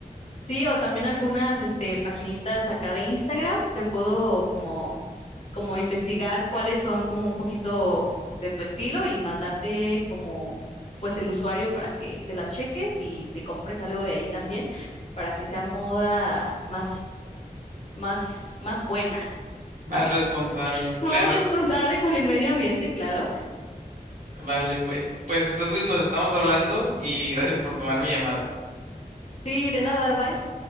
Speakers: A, on the left; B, on the right.
A: Sí, o también algunas, este, paginitas acá de Instagram, te puedo como, como investigar cuáles son como un poquito de tu estilo y mandarte como, pues el usuario para que te las cheques y te compres algo de ahí también para que sea moda más, más, más buena,
B: Más responsable,
A: <laughs>
B: claro.
A: más responsable con el medio ambiente, claro.
B: Vale, pues. Pues entonces nos estamos hablando y gracias por tomar mi llamada.
A: Sí, de nada, bye.